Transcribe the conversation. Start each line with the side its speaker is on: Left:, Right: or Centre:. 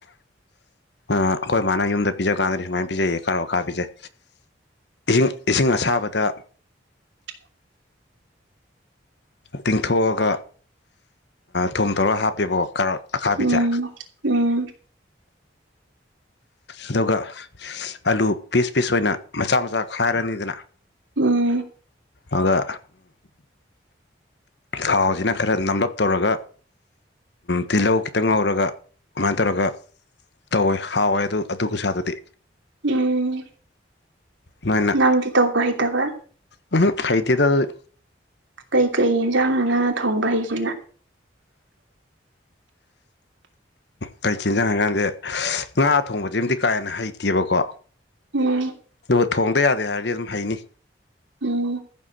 Left: ꯑꯩꯈꯣꯏ ꯏꯃꯅ ꯌꯨꯝꯗ ꯄꯤꯖꯀꯥꯟꯗꯗꯤ ꯁꯨꯃꯥꯏꯅ ꯄꯤꯖꯩꯌꯦ ꯀꯔꯀꯥ ꯄꯤꯖꯩ ꯏꯁꯤꯡ ꯏꯁꯤꯡ ꯑꯁꯥꯕꯗ
Right: <unintelligible>
Left: ꯇꯤꯡꯊꯣꯛꯑꯒ ꯊꯣ ꯇꯧꯔꯒ ꯍꯥꯞꯄꯦꯕꯀꯣ ꯀꯥꯔꯣ ꯑ ꯈꯥꯕꯤꯤꯆꯥ
Right: ꯎꯝ ꯎꯝ
Left: ꯑꯗꯨꯒ ꯑꯂꯨ ꯄꯤꯁ ꯄꯤꯁ ꯑꯣꯏꯅ ꯃꯆꯥ ꯃꯆꯥ ꯈꯥꯏꯔꯅꯤꯗꯅ
Right: ꯎꯝ
Left: ꯑꯗꯨꯒ ꯊꯥꯎꯁꯤꯅ ꯈꯔ ꯅꯝꯂꯞ ꯇꯧꯔꯒ ꯇꯤꯜꯍꯧ ꯈꯤꯇꯪ ꯉꯧꯔꯒ ꯑꯗꯨꯃꯥꯏꯅ ꯇꯧꯔꯒ ꯇꯧꯋꯦ ꯍꯥꯎꯋꯦ ꯑꯗꯨ ꯑꯗꯨ ꯁꯥ ꯑꯗꯨꯗꯤ
Right: ꯎꯝ
Left: ꯅꯣꯏꯅ
Right: ꯅꯪꯗꯤ ꯇꯧꯕ ꯍꯩꯇꯕ
Left: ꯎꯝ ꯍꯥꯏꯗꯤꯦꯗ
Right: ꯀꯩꯀꯩ ꯌꯦꯟꯁꯥꯡꯅꯅꯥꯅ ꯊꯣꯡꯕ ꯍꯩꯁꯤꯅ
Left: ꯀꯩꯀꯦꯜ ꯁ ꯍꯥꯏꯀꯥꯟꯗꯦ ꯉꯥ ꯊꯣꯡꯕꯗꯤ ꯑꯃꯗꯤꯝꯗꯤ ꯀꯥ ꯍꯦꯟꯅ ꯍꯩꯇꯦꯕꯀꯣ
Right: ꯎꯝ
Left: ꯑꯗꯨꯒ ꯊꯣꯡꯗ ꯌꯥꯗꯦ ꯍꯥꯏꯔꯗꯤ ꯑꯗꯨꯝ ꯍꯩꯅꯤ
Right: ꯎꯝ